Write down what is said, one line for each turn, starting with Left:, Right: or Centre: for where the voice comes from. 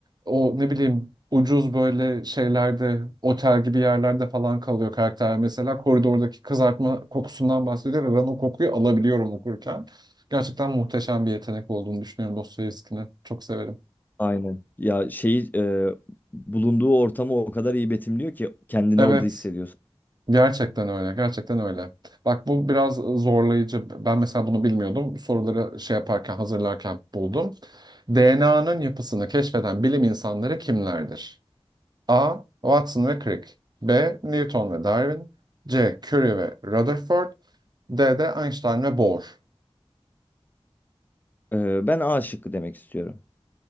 Right: o ne bileyim ucuz böyle şeylerde otel gibi yerlerde falan kalıyor karakter mesela koridordaki kızartma kokusundan bahsediyor ve ben o kokuyu alabiliyorum okurken. Gerçekten muhteşem bir yetenek olduğunu düşünüyorum Dostoyevski'nin. Çok severim.
Left: Aynen. Ya şeyi e, bulunduğu ortamı o kadar iyi betimliyor ki kendini
Right: Evet.
Left: orada hissediyorsun.
Right: Gerçekten öyle, gerçekten öyle. Bak bu biraz zorlayıcı. Ben mesela bunu bilmiyordum. Soruları şey yaparken, hazırlarken buldum. DNA'nın yapısını keşfeden bilim insanları kimlerdir? A. Watson ve Crick. B. Newton ve Darwin. C. Curie ve Rutherford. D de Einstein ve Bohr.
Left: Ee, ben A şıkkı demek istiyorum.